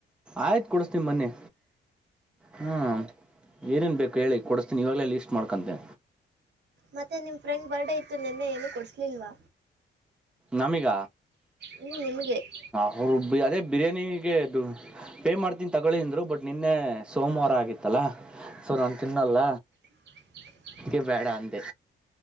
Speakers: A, in the centre; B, on the right.
A: ಆಯ್ತು ಕೊಡುಸ್ತೀನಿ ಬನ್ನಿ ಹ್ಮ್ ಏನೇನು ಬೇಕು ಕೊಸ್ತೀ ಇವಾಗಲೇ ಲಿಸ್ಟ್ ಮಾಡ್ಕಂತೆ
B: ಮತ್ತೆ ನಿಮ್ಮ ಫ್ರೆಂಡ್ ಬರ್ಡೇ ಇತ್ತು ನಿನ್ನೆ ಏನುೂ ಕೊಡ್ಸ್ಲಿಲ್ವಾ
A: ನಮಿಗ
B: ಹ ನಿಮಗೆ <inaudible>
A: ಹರು <unintelligible> ಅದೇ ಬಿರಿಯಾನಿಗೆದು ಪೇ ಮಾಡ್ತೀನಿ ತಗೊಳ್ಳಿಿಂದ್ರು ಬಟ್ ನಿನ್ನೆ ಸೋಮವಾರ ಆಗಿತ್ತಲ್ಲ ಸೊ ನಾನು ತಿನ್ನಲ್ಲ
B: ಹ <unintelligible>
A: ಅ ಬೇಡ ಅಂದೆ